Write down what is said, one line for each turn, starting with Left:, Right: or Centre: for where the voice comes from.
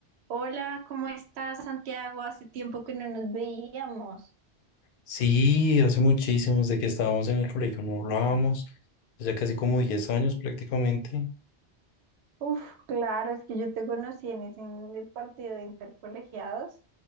Right: Hola, ¿cómo estás, Santiago? Hace tiempo que no nos veíamos.
Left: Sí, hace muchísimos de que estábamos en el colegio no hablábamos, ya casi como 10 años prácticamente.
Right: Uf, claro, es que yo te conocí en ese en- partido de intercolegiados.